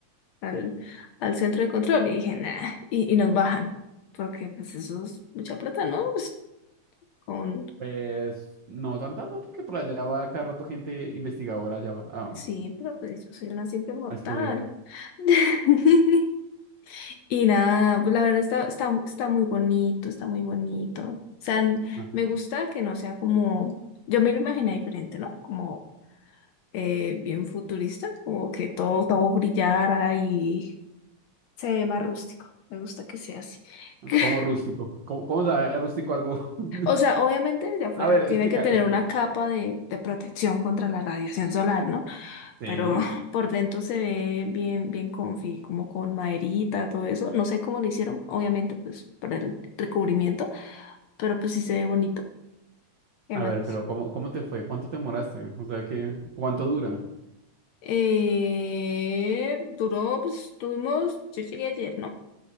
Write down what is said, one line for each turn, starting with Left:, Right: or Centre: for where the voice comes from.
Left: Al,
Right: <laughs> Sí.
Left: al centro de control. Y dije, nah, y, y nos bajan. Porque pues eso es mucha plata, ¿no? Pues, con...
Right: Pues no tanta, no, porque por allá va cada rato gente investigadora allá va a,
Left: Sí, pero pues yo soy una simple mortal.
Right: a estudiar.
Left: <laughs> Y nada, pues la verdad está, está, está muy bonito, está muy bonito. O sea, n-
Right: Ah,
Left: me gusta que no sea como, yo me lo imaginé diferente, ¿no? Como eh, bien futurista, como que todo, todo brillara y se ve más rústico. Me gusta que sea así. <laughs>
Right: Como rústico. ¿Cómo, cómo sabe rústico algo? <laughs>
Left: O sea, obviamente desde afuera
Right: A ver,
Left: tiene
Right: explica,
Left: que tener
Right: explica.
Left: una capa de, de protección contra la radiación solar, ¿no?
Right: Sí.
Left: pero <laughs> por dentro se ve bien, bien comfy, como con maderita, todo eso. No sé cómo lo hicieron, obviamente, pues para el recubrimiento, pero pues sí se ve bonito. ¿Qué
Right: A
Left: más?
Right: ver, pero ¿cómo, cómo te fue? ¿Cuánto te demoraste? O sea, qué, ¿cuánto dura?
Left: Eh, duró, pues tuvimos, yo llegué ayer, ¿no?